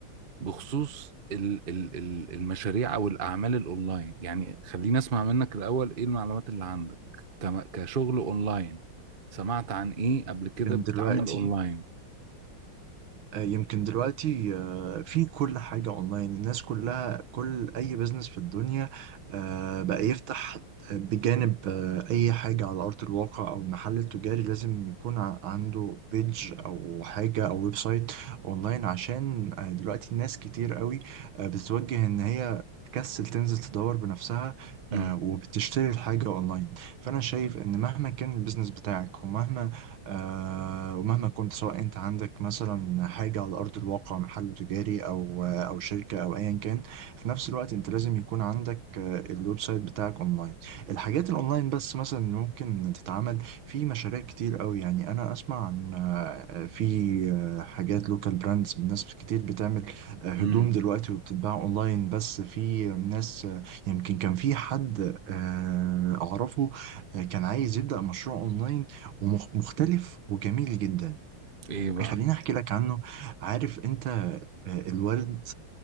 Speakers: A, on the right; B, on the right.
A: بخصوص ال- ال- ال- المشاريع او الاعمال الاونلاين يعني خليني اسمع منك الاول ايه المعلومات اللي عندك كم- كشغل اونلاين سمعت عن ايه قبل كده
B: كان
A: بيتعمل
B: دلوقتي
A: اونلاين
B: آه، يمكن دلوقتي آه، في كل حاجة أونلاين الناس كلها كل أي بزنس في الدنيا آه، بقى يفتح بجانب آه، أي حاجة على أرض الواقع أو المحل التجاري لازم يكون ع- عنده بيج أو حاجة أو ويب سايت أونلاين عشان آه، دلوقتي الناس كتير قوي آه، بتتوجه إن هي تكسل تنزل تدور بنفسها
A: امم
B: آه، وبتشتري الحاجة أونلاين فأنا شايف إن مهما كان البيزنس بتاعك ومهما آه، ومهما كنت سواء انت عندك مثلا حاجة على أرض الواقع محل تجاري أو أو شركة أو أيا كان في نفس الوقت انت لازم يكون عندك آه، الويب سايت بتاعك أونلاين الحاجات الأونلاين بس مثلا اللي ممكن تتعمل في مشاريع كتير قوي يعني أنا أسمع عن آه، في آه، حاجات لوكال براندز ناس كتير بتعمل آه، هدوم
A: امم
B: دلوقتي وبتتباع أونلاين بس في ناس آه، يمكن كان في حد آه، أعرفه آه، كان عايز يبدأ مشروع أونلاين ومختلف وجميل جدا
A: ايه بقى
B: خليني احكي لك عنه عارف انت آه، الورد